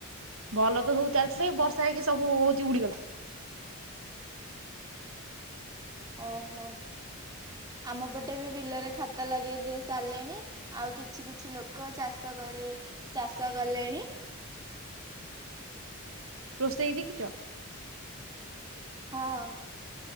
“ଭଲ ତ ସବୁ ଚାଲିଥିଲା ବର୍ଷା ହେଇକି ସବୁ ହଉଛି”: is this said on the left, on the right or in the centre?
Right